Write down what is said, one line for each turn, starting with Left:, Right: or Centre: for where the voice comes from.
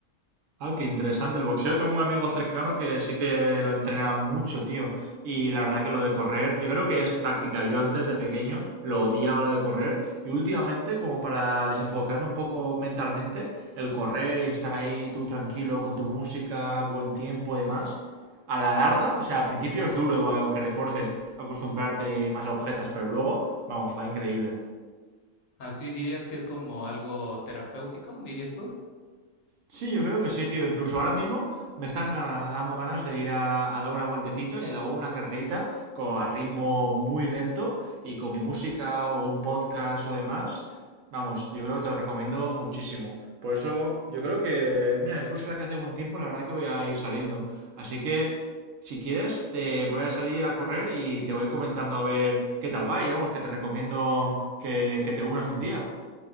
Right: Ah, qué interesante. El boxeo, tengo un amigo cercano que sí que lo entrena mucho, tío. Y la verdad que lo de correr, yo creo que es práctica. Yo antes de pequeño lo odiaba lo de correr. Y últimamente, como para desenfocarme un poco mentalmente, el correr y estar ahí tú tranquilo con tu música, buen tiempo y demás, a la larga, o sea, al principio es duro igual que deporte, acostumbrarte y demás a agujetas, pero luego, vamos, va increíble.
Left: ¿Así dirías que es como algo terapéutico, dirías tú?
Right: Sí, yo creo que sí, tío. Incluso ahora mismo me están gana- dando ganas de ir a, a dar una vueltecita y luego una carrerita con, a ritmo muy lento y con mi música o un podcast o demás. Vamos, yo creo que te lo recomiendo muchísimo. Por eso yo creo que, mira, incluso la que hace buen tiempo, la verdad que voy a ir saliendo. Así que, si quieres, te me voy a salir a correr y te voy comentando a ver qué tal va y vamos, que te recomiendo que, que te unas un día.